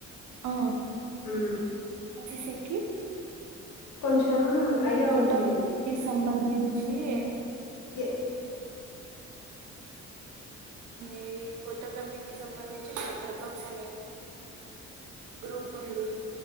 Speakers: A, on the right; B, on the left.
A: ఆ
B: ఆమ్
A: ఎన్ సి సి కి
B: కొంచెం ఐడియా
A: ఫోటోగ్రఫీ
B: ఉంది.
A: కి సంబంధించి చి
B: ఏ
A: ఈ ఫోటోగ్రఫీకి సంబంధించి షట్టర్ బక్స్ అనే గ్రూప్ ఉంది